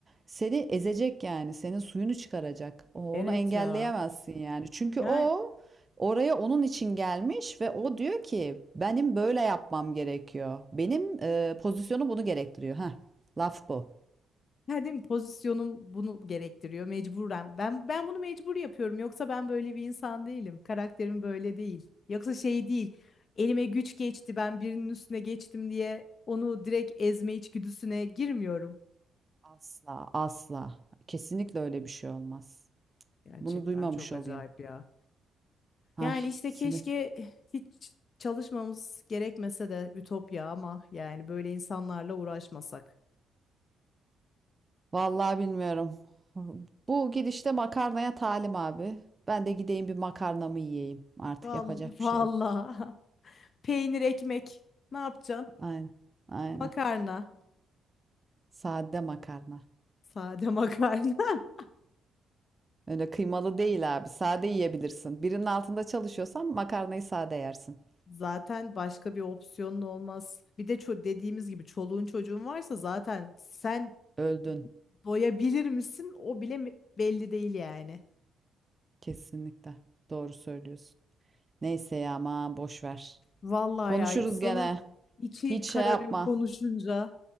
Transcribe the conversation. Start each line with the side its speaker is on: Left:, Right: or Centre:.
Right: seni ezecek yani. Senin suyunu çıkaracak. O-
Left: Evet
Right: Onu engelleyemezsin
Left: ya.
Right: yani. Çünkü
Left: Yani
Right: o oraya onun için gelmiş ve o diyor ki benim böyle yapmam gerekiyor. Benim e, pozisyonu bunu gerektiriyor. Heh, laf bu.
Left: Yani değil mi? Pozisyonum bunu gerektiriyor mecburen. Ben ben bunu mecbur yapıyorum. Yoksa ben böyle bir insan değilim. Karakterim böyle değil. Yoksa şey değil. Elime güç geçti, ben birinin üstüne geçtim diye onu direkt ezme içgüdüsüne girmiyorum.
Right: Asla, asla. Kesinlikle öyle bir şey olmaz.
Left: Gerçekten
Right: Bunu duymamış
Left: çok
Right: olayım.
Left: acayip ya.
Right: Ay,
Left: Yani işte
Right: sinir.
Left: keşke hiç çalışmamız gerekmese de ütopya ama yani böyle insanlarla uğraşmasak.
Right: Vallahi bilmiyorum. <laughs> Bu gidişte makarnaya talim abi. Ben de gideyim bir makarnamı yiyeyim. Artık
Left: Vallahi,
Right: yapacak
Left: <laughs>
Right: bir
Left: vallahi.
Right: şey yok.
Left: Peynir ekmek ne yapacaksın?
Right: Aynen, aynen.
Left: Makarna.
Right: Sade makarna.
Left: Sade makarna. <laughs>
Right: Öyle kıymalı değil abi. Sade yiyebilirsin. Birinin altında çalışıyorsan makarnayı sade yersin.
Left: Zaten başka bir opsiyonun olmaz. Bir de ço dediğimiz gibi çoluğun çocuğun varsa zaten sen
Right: Öldün.
Left: doyabilir misin o bile mi- belli değil yani.
Right: Kesinlikle. Doğru söylüyorsun. Neyse ya aman boş ver.
Left: Vallahi
Right: Konuşuruz
Left: ya insanın
Right: gene.
Left: içi
Right: Hiç şey
Left: kararıyor
Right: yapma.
Left: konuşunca.